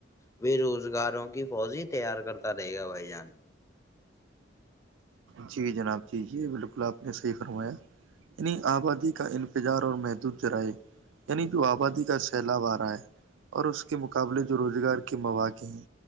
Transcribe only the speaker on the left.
بے روزگاروں کی فوج ہی تیار کرتا رہے گا بھائی جان